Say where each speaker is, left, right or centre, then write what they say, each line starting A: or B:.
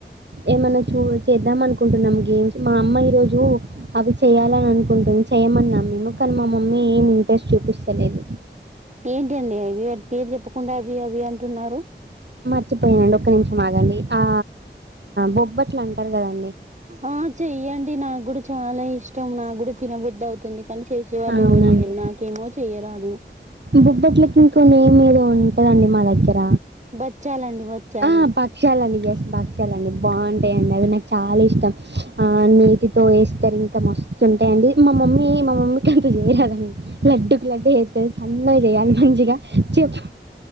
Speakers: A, on the right; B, on the right.
A: ఏమన్నా చూ చేద్దాం అనుకుంటున్నాం గేమ్స్ మా అమ్మ ఈ రోజు అవి చేయాలననుకు కుంటుంది చేయమన్నా మేము కానీ మా మమ్మీ ఏమ్ ట్రెస్ చూపిస్తలేదు
B: ఏంటివండి అవి పేరు చెప్పకుండా అవి అవి అంటున్నారు
A: మచ్చిపోయానండి ఒక నిమిషం ఆగండి ఆ బొబ్బట్లు అంటారు కదన్
B: ఆ చెయ్యండి నాకు కూడా చాలా ఇష్ ష్టం నాక్కూడ తినబుద్దవుతుంది కాని చేసే వాళ్ళు
A: అవునండి
B: ఎవరు లేరు నాకేమో చేయ్యరాదు
A: బొబ్బట్లకి ఇంకో నేమ్ ఏదో ఉన్ టదండి మా దగ్గర
B: బచ్చాలండి బచ్చాలు
A: ఆ పక్షాలని చేస బా లండి బాన్ టాయండి అండి అవి నాక్ చాలిష్టం ఆ నీటితో ఏస్తారు ఇంకా మస్తుంటాయండి మా మమ్మీ మా మమ్మీ <unintelligible> రాదండి లడ్డుకు లడ్డు చేత్తది సన్నగా చేయాలి మంచిగా చపా